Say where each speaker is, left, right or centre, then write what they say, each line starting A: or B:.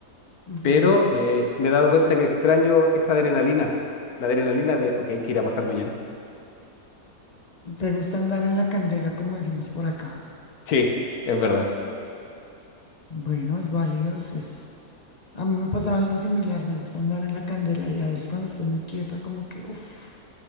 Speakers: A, on the left; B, on the left.
A: Ujú.
B: pero eh, me he dado cuenta que extraño esa adrenalina, la adrenalina de, ok, ¿qué irá a pasar mañana?
A: ¿Te gusta andar en la candela, como decimos por acá?
B: Sí, es verdad.
A: Bueno, es válido, es, es A mí me pasaba algo similar, me gusta andar en la candela y a veces cuando estoy muy quieta como que, uff,